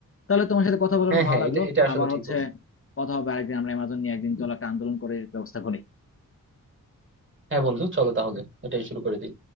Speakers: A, on the left; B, on the right.
A: তাহলে তোমার সাথে কথা বলে
B: হ্যাঁ
A: অনেক ভালো
B: হ্যাঁ
A: লাগলো
B: এটা এটা আসলে
A: আবার
B: ঠিক
A: হচ্ছে
B: বলছো
A: কথা হবে আরেকদিন আমরা অ্যামাজন নিয়ে একদিন চলো একটা আন্দোলন করে ব্যবস্থা করি
B: হ্যাঁ বন্ধু চলো তাহলে এটাই শুরু করে দিই